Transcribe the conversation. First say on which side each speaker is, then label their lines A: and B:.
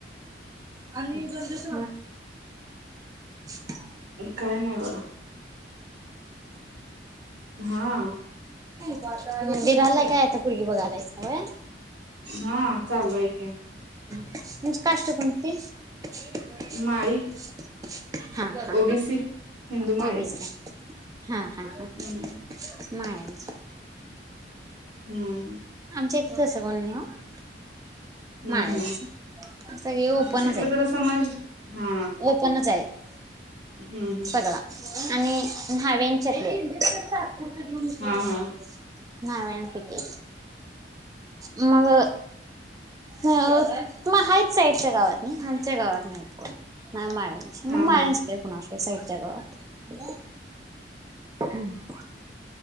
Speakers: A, on the right (about 20°); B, on the right (about 80°).
A: आणिस <unintelligible>
B: काय नाही बघा हा
A: मंदिर आला काय आता पोरगी बघालाय चंय
B: हा चालू. हाय की
A: म्हच कष्ट कोणती <unintelligible>
B: माळी
A: हा. हा.
B: ओबीसी हिंदू
A: हॉबीज
B: माळी
A: ह हा हा
B: हम्म
A: माळ्यांची,
B: हम्म
A: आमच्या तस कोनी नाही.
B: हम्म
A: माळ्याचा
B: हम्म
A: सगळे ओपनच
B: तिकडे
A: आहेत.
B: जरा समाज हा
A: ओपनच आहेत
B: हम्म हम्म
A: सगळा आणि न्हावेच्यातले कत जन <unintelligible>
B: हा हा
A: ना विन पैकी मग मग हाच साईडच्या गावात नाही, आमच्या गावात नाहीत कोण ना माच मग
B: हा
A: म्यांयच
B: हा
A: तेेकणा अ असो सईड <unintelligible>